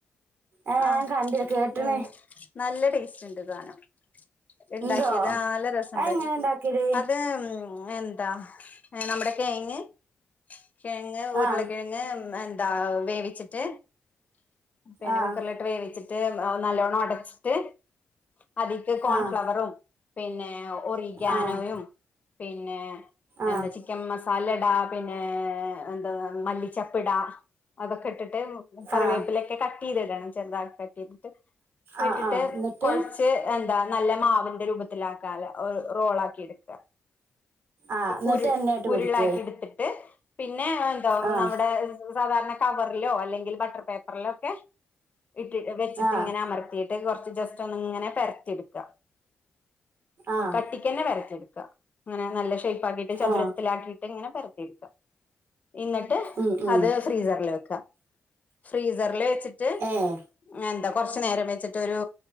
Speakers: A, on the right (about 70°); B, on the left (about 40°).
A: ഏഹ്
B: ആ
A: ഞാൻ കണ്ടില്ല കേട്ട്ണ്
B: ഉം നല്ല ടേസ്റ്റ് ഉണ്ട് സാനം ഇണ്ടാക്കിയത്
A: ഇണ്ടോ
B: ആ നല്ല രസണ്ട്
A: അതെങ്ങനെ ഇണ്ടാക്കല്
B: അത് മ് എന്താ നമ്മുടെ കെങ് കിഴങ്ങ് ഉരുളക്കിഴങ്ങ്
A: ആഹ്
B: താ വേവിച്ചിട്ട് പിന്നെ
A: ആഹ്
B: കുക്കറിലെട്ട് വേവിച്ചിട്ട് ട്ട് നല്ലോണ്ണം ഒടച്ചിട്ട് അതിക്ക് കോൺഫ്ലവറും
A: ആഹ്
B: പിന്നെ ഒറിഗാനോയും
A: ആഹ്
B: പിന്നെ
A: ആഹ്
B: എന്താ ചിക്കൻ മസാലടെ പിന്നെ ഏ ന്താ മല്ലിച്ചപ്പിടാ അതൊക്കെ ഇട്ടിട്ട് കറിവേപ്പിലക്കെ
A: ആഹ്
B: ക ട്ട് ചെയ്തിടണം ചെറുതായിട്ടു കട്ട്‌ ചെയ്തിട്ട്
A: ആഹ്
B: ഇട്ടിട്ട്
A: ആഹ് എന്നിട്ട്
B: കുഴച്ച് എ നല്ല മാവിന്റെ രൂപത്തിലാക്കാലോ റോളാക്കിയെടുക്കും
A: ആഹ് എന്നിട്ട്
B: ഉരുൾ
A: എണ്ണയായിട്ട്
B: ഉരുളാക്കി
A: പൊരിക്കേ
B: എടുത്തിട്ട് പിന്നെ എന്തോ
A: ആഹ്
B: നമ്മുടെ സാധാരണ കവറിലോ അല്ലെങ്കിൽ ബട്ടർ പേപ്പറിലോ ഒക്കെ ഇട്ടി വെച്ചിട്ട്
A: ആഹ്
B: ഇങ്ങനെ അമർത്തിയിട്ട് കൊറച്ച് ജസ്റ്റ് ഒന്ന് ഇങ്ങനെ പരത്തിടെക്കുക
A: ആഹ്
B: കട്ടിക്കന്നെ പരത്തിയെടുക്ക അങ്ങനെ നല്ല ഷേപ്പ് പ്പാക്കിട്ട് ചതുരത്തിൽ
A: ആഹ്
B: ആക്കിയിട്ട് ഇങ്ങനെ പരത്തിയെടുക്കുക എന്നിട്ട്
A: ഉം ഉം
B: അത് ഫ്രീസറിൽ വെക്കുക ഫ്രീസറിൽ വെച്ചി ട്ട്
A: ഏഹ്
B: എന്താ കൊറച്ചു നേരം വെച്ചിട്ടൊരു